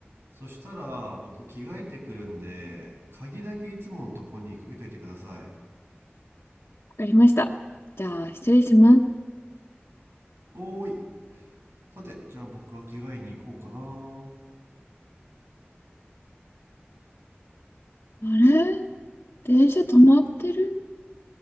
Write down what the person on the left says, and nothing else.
わかりました。じゃあ、失礼します。
あれ電車止まってる